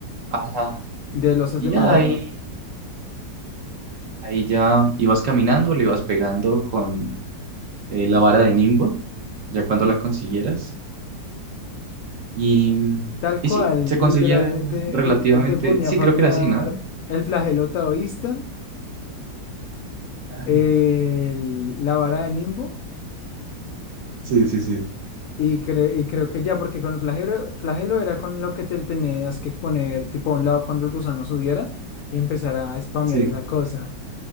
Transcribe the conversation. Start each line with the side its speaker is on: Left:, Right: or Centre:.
Right: Ajá.
Left: de losas
Right: Y
Left: de madera.
Right: ya ahí, ahí ya ibas caminando, le ibas pegando con eh, la vara de Nimbo, ya cuando la consiguieras. Y, mm,
Left: Tal
Right: y
Left: cual,
Right: sí, se conseguía
Left: literalmente,
Right: relativamente,
Left: él, él te ponía
Right: sí,
Left: a farmear
Right: creo que era así, ¿no?
Left: el flagelo taoísta,
Right: Ah,
Left: el- la vara de Nimbo,
Right: Sí, sí, sí.
Left: y, cre- y creo que ya, porque con el flagelo, flagelo era con lo que te tenías que poner tipo a un lado cuando el gusano subiera y empezar a spamear
Right: Sí,
Left: esa cosa.